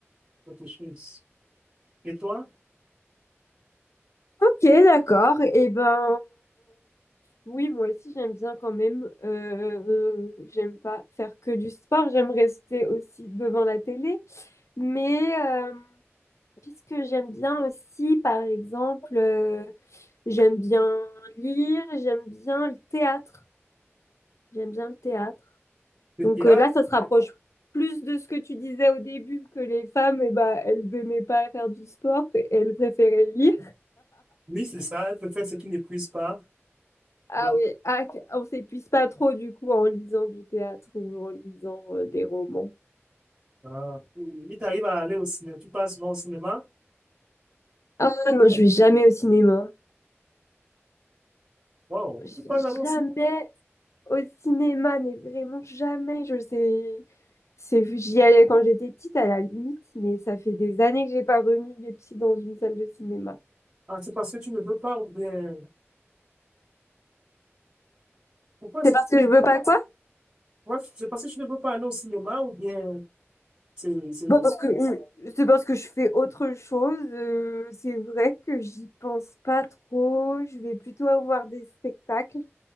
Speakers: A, on the right; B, on the left.
A: autre chose. Et toi,
B: Ok, d'accord. Eh ben, Oui, moi aussi j'aime bien quand même. Euh, euh, j'aime pas faire que du sport, j'aime rester aussi devant la télé. Mais euh, qu'est-ce que j'aime bien aussi, par exemple, euh, j'aime bien lire, j'aime bien le théâtre. J'aime bien le théâtre.
A: le
B: Donc
A: théâtre?
B: euh, là, ça se rapproche plus de ce que tu disais au début, que les femmes, eh ben, elles n'aimaient pas faire du sport, et elles préféraient lire.
A: Oui, c'est ça, je préfère ce qui n'épuise pas.
B: Ah
A: Donc,
B: oui, ah, que- on s'épuise pas trop du coup en lisant du théâtre ou en lisant euh, des romans.
A: euh, il t'arrive à aller au cinéma, tu passes souvent au cinéma.
B: Ah ouais, non, je vais jamais au cinéma.
A: Wow,
B: Je
A: pourquoi
B: vais
A: d'abord aussi?
B: jamais au cinéma, mais vraiment jamais. Je sais, c'est j'y allais quand j'étais petite à la limite, mais ça fait des années que j'ai pas remis les pieds dans une salle de cinéma.
A: Ah, c'est parce que tu ne veux pas, ou bien, pourquoi c'est
B: C'est parce que je veux pas quoi?
A: ouais, c'est parce que tu ne veux pas aller au cinéma, ou bien. C'est, c'est-
B: Bah parce que euh, c'est parce que je fais autre chose. euh, c'est vrai que j'y pense pas trop. Je vais plutôt voir des spectacles.